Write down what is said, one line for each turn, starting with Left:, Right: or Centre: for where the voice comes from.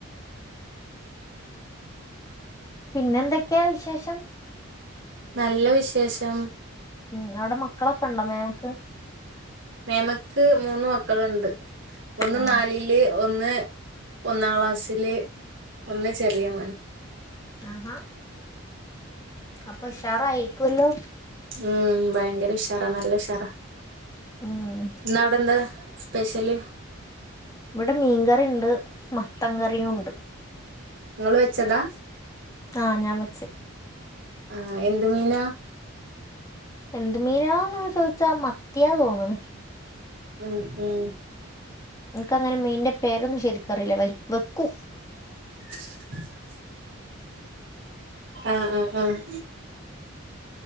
Left: പിന്നെന്തൊക്കെയാ വിശേഷം
Right: നല്ല വിശേഷം
Left: ഉം അവിടെ മക്കളൊക്കെ ഉണ്ടോ മേമക്ക്
Right: മേമക്ക് മൂന്ന് മക്കളുണ്ട് ഒന്ന്
Left: ഉം
Right: നാലില് ഒന്ന് ഒന്നാം ക്ലാസ്സില് ഒന്ന് ചെറിയ മോനാ
Left: ആഹാ അപ്പൊ ഉഷാറായ്ക്കുലോ
Right: ഉം ഭയങ്കര ഉഷാറാ നല്ല ഉഷാറാ
Left: ഉം
Right: ഇന്ന് അവിടെ എന്താ സ്പെഷ്യല്
Left: ഇവിടെ മീൻകറിണ്ട് മത്തൻ കറിയും ഉണ്ട്
Right: നിങ്ങള് വെച്ചതാ
Left: ആഹ് ഞാൻ വച്ചേ
Right: ആഹ് എന്ത് മീനാ
Left: എന്ത് മീനാന്ന ചോദിച്ചാ മത്തിയാ തോന്നണ്
Right: ഉം ഉം
Left: എനക്ക് അങ്ങനെ മീന്റെ പേരൊന്നും ശരിക്കറില്ല വെക്കും
Right: <unintelligible> ആഹ് ആഹ് ആഹ്